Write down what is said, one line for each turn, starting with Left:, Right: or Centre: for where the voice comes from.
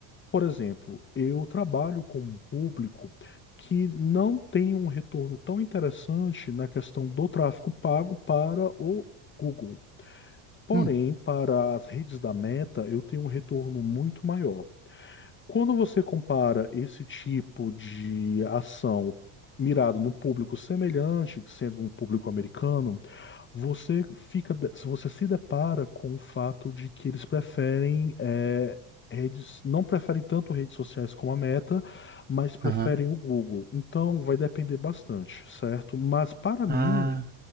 Left: Por exemplo, eu trabalho com um público que não tem um retorno tão interessante na questão do tráfego pago para o Google. Porém,
Right: Hum,
Left: para as redes da Meta, eu tenho um retorno muito maior. Quando você compara esse tipo de ação mirado num público semelhante, sendo um público americano, você fica, se você se depara com o fato de que eles preferem é, redes, não preferem tanto redes sociais como a Meta, mas preferem
Right: aham.
Left: o Google. Então vai depender bastante, certo? Mas para mim
Right: Ah,